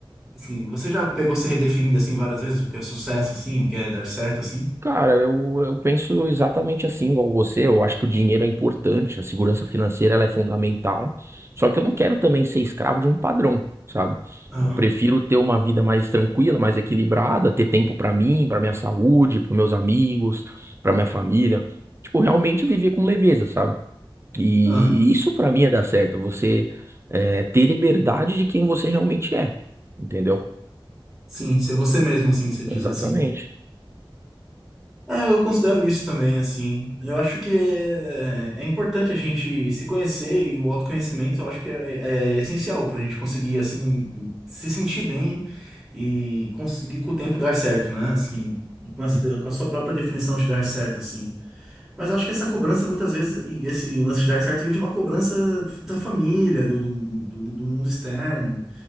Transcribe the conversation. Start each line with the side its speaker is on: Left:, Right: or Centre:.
Centre: Assim, você já pegou se redefinindo assim várias vezes o que é sucesso, assim, o que é dar certo, assim?
Right: Cara, eu, eu penso exatamente assim, igual você. Eu acho que o dinheiro é importante, a segurança financeira ela é fundamental. Só que eu não quero também ser escravo de um padrão, sabe?
Centre: Aham,
Right: Eu prefiro ter uma vida mais tranquila, mais equilibrada, ter tempo pra mim, pra minha saúde, para meus amigos, pra minha família. Tipo, realmente viver com leveza, sabe? E,
Centre: aham.
Right: isso pra mim é dar certo. Você é, ter liberdade de quem você realmente é, entendeu?
Centre: Sim, ser você mesmo, assim, você diz
Right: Exatamente.
Centre: assim. É, eu considero isso também, assim. Eu acho que é, é importante a gente se conhecer e o autoconhecimento eu acho que é, é- é essencial para a gente conseguir, assim, se sentir bem e conseguir com o tempo dar certo, né? Assim, com essa,
Right: Uhum,
Centre: com a sua própria definição de dar certo, assim. Mas eu acho que essa cobrança, muitas vezes, e esse lance de dar certo vem de uma cobrança da família, do, do, do mundo externo.